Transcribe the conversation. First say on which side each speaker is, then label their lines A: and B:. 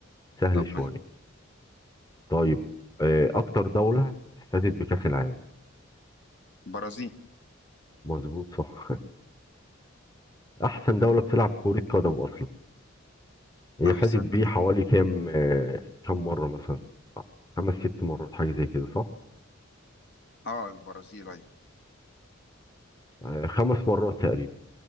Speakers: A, on the left (about 20°); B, on the left (about 55°).
A: سهل
B: طب
A: شوية
B: ما
A: طيب آه، اكتر دولة فازت بكأس العالم
B: البرازيل
A: مظبوط صح <laughs> احسن دولة بتلعب كرة قدم اصلا هي
B: أحسن
A: فازت بيه حوالي كام آه، كام مرة مثلا خمس ست مرات حاجة زي كده صح
B: اه البرازيل أيوة
A: آه، خمس مرات تقريبا